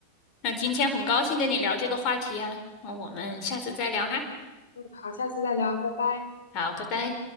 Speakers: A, on the left; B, on the left.
A: 那今天很高兴跟你聊这个话题啊，那我们下次再聊哈。
B: 嗯，好，下次再聊，拜拜。
A: 好，拜拜。